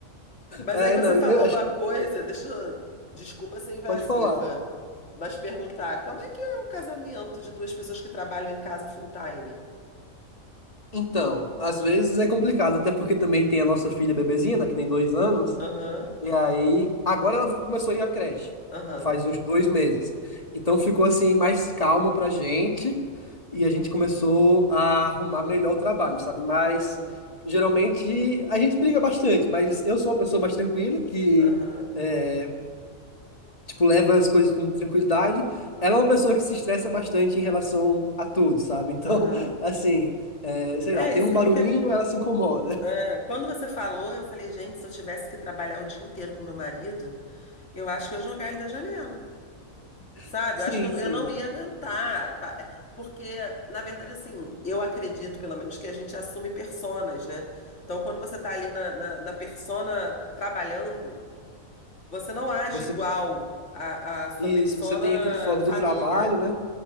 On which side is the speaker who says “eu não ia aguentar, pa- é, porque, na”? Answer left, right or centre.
Left